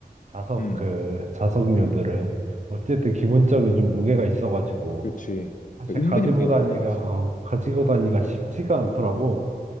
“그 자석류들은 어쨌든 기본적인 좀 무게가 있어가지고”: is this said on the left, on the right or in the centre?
Right